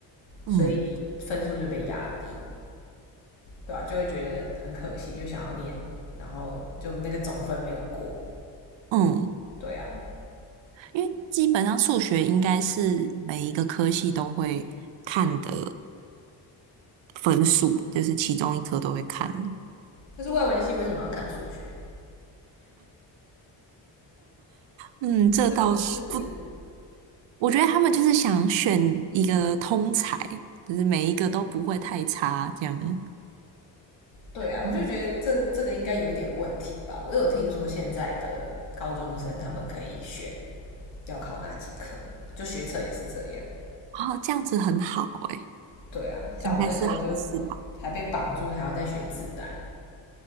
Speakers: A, on the right; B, on the left.
A: 嗯
B: 所以分数就被压低。对啊，就会觉得很可惜，就想要念，然后就那个总分没有过，
A: 嗯，
B: 对啊，
A: 因为基本上数学应该是每一个科系都会看的分数，就是其中一科都会看。
B: 就是外文系为什么要看数学？
A: 嗯，这倒是不，
B: 是不是？
A: 我觉得他们就是想选一个通才，就是每一个都不会太差这样。
B: 对啊，
A: 嗯，
B: 我就觉得这这个应该有一点问题吧。我有听说现在的高中生他们可以选要考哪几科，就学测也是这样。
A: 哦，这样子很好诶，
B: 对啊，像我们那时候就
A: 应该是好事吧。
B: 还被绑住，还要再学自然。